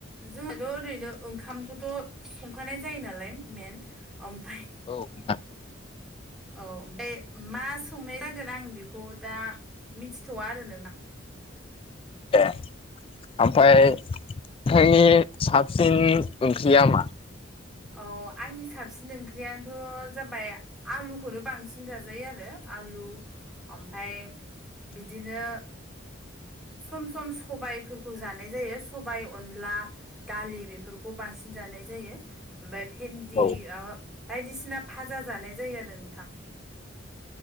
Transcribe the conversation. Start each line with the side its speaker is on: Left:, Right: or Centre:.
Centre: जोंहाथ' ओरैनो ओंखामखौथ' संखानाय जायो नालाय मेन ओमफाय
Left: औ नोंथां।
Centre: औ ओम बे मा संनाय जागोन आं बेखौ दा मिथिथ'आ आरो नोंथां।
Left: एह ओमफाय नोंथांनि साबसिन ओंख्रिया मा?
Centre: अह आंनि साबसिन ओंख्रियानोथ' जाबाय आलुखौनो बांसिन जाजायो आरो। आलु ओमफाय बिदिनो सम-सम सबायफोरखौ जानाय जायो सबाइ अनला दालि बेफोरखौ बांसिन जानाय जायो। ओमफाय भेन्दि
Left: औ
Centre: माबा बायदिसिना भाजा जानाय जायो आरो नोंथां।